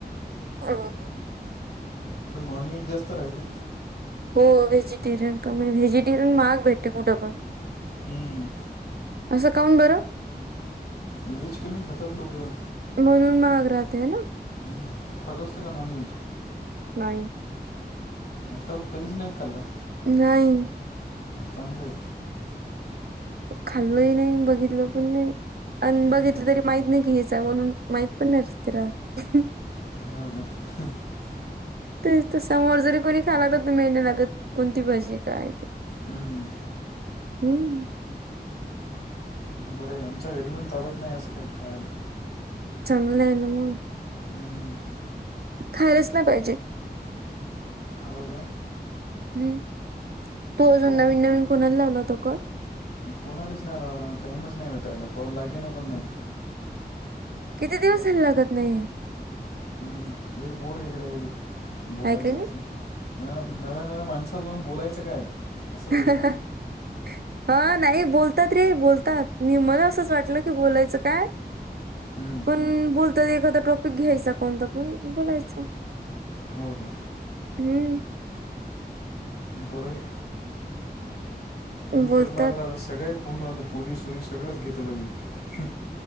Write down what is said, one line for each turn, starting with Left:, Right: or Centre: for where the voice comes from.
Right: ह
Left: नॉनव्हेज जास्त राहिले
Right: हो व्हेजिटेरियन कमी व्हेजिटेरियन महाग भेटते मग डबा
Left: हम्म
Right: असं काऊन बरं
Left: व्हेज कमी खातात लोकं.
Right: म्हणून महाग राहतं हे ना
Left: हम्म तू खात असते का नॉनव्हेज
Right: नाही
Left: आता कधीच नाही खाल्लं
Right: नाही.
Left: चांगलय
Right: खाल्लं ही नाही अन बघितलं पण नाही आणि
Left: हम्म,
Right: बघितलं तरी माहित नाही की हेच हय म्हणून माहित पण नसत रहात
Left: <unintelligible>
Right: तेच तर समोर जरी कोणी खायला लाग तर मेळ नाय लागत कोणती भजी ये काय ते
Left: हम्म.
Right: हम्म
Left: बरं आहे आमच्या घरी पण चालत नाही असं काही कळाले.
Right: चांगलं आहे ना मग.
Left: हम्म.
Right: खायलाच नाही पाहिजे.
Left: हो का?
Right: हम्म तो अजून
Left: काऊन
Right: नवीन नवीन कोणाला लावला होता कॉल?
Left: कोणालाच नाही लावला टामच नाही भेटायला पॉल लागे ना पण नाही.
Right: किती दिवस झाले लागत नाहीय.
Left: हम्म, बोर आहे इकडे बोलायच़
Right: हाय का नाही?
Left: असं. नव्या नव्या माणसांना जाऊन बोलायचं काय? असं
Right: <unintelligible>
Left: होतं ना
Right: हा नाही बोलतात रे बोलतात मी मला असंच वाटलं की बोलायचं काय?
Left: हम्म
Right: पण बोलताना एखादा कोणताही टॉपिक घ्यायचा आणि बोलायचं.
Left: हो हो.
Right: हम्म
Left: बरय.
Right: बोलतात
Left: म कर लागलाता सगळयला फोन लाव पोरीस त सगळंच घेतल लगे.